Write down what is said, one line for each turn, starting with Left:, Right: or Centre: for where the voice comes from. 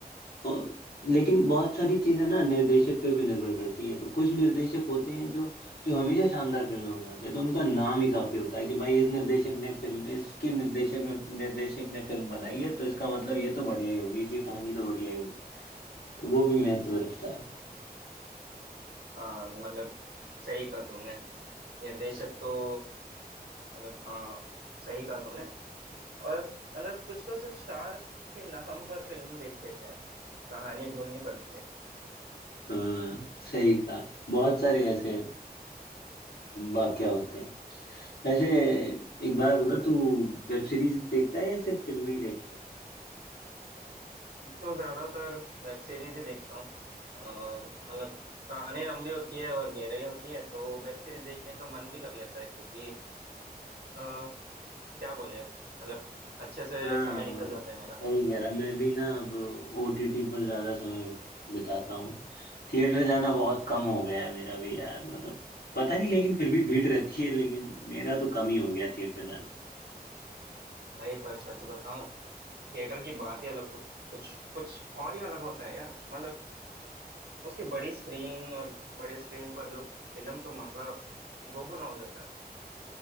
Left: और लेकिन बहुत सारी चीजें ना निर्देशक पे भी निर्भर करती हैं तो कुछ निर्देशक होते हैं जो जो हमेशा शानदार फिल्में बनाते हैं तो उनका नाम ही काफी होता है कि भाई इस निर्देशक ने फिल्म इसके निर्देशक में निर्देशक ने फिल्म बनाई है तो इसका मतलब ये तो बढ़िया ही होगी इसकी कहानी तो बढ़िया ही होगी तो वो भी महत्व रखता है
Right: हाँ मतलब सही कहा तुमने निर्देशक तो मतलब हाँ सही कहा तुमने और मतलब कुछ तो सिर्फ स्टार के नाम पर फिल्म बेच देते हैं कहानी ढूंढनी पड़ती है
Left: हाँ सही कहा बहुत सारे ऐसे वाक्य होते हैं वैसे एक बार बता तू वेब सीरीज देखता है या सिर्फ फिल्में ही देखता है
Right: अब तो ज्यादातर वेब सीरीज ही देखता हूँ अ, मतलब कहानी लंबी होती है और गहराई होती है तो वेब सीरीज देखने का मन भी कर लेता है क्योंकि अ, क्या बोले अब मतलब अच्छे से
Left: हाँ
Right: समय निकल जाता है मेरा
Left: सही कह रहा है। मैं भी ना अब ओटीटी पर ज्यादा समय बिताता हूँ थिएटर जाना बहुत कम हो गया है मेरा भी यार मतलब पता नहीं लेकिन फिर भी भीड़ रहती है लेकिन मेरा तो कम ही हो गया थिएटर जाना
Right: भाई पर सच बताऊं थिएटर की बात ही अलग कुछ कुछ कुछ और ही अलग होता है यार मतलब उसकी बड़ी स्क्रीन और बड़ी स्क्रीन पर जो फिल्म का मजा दोगुना हो जाता है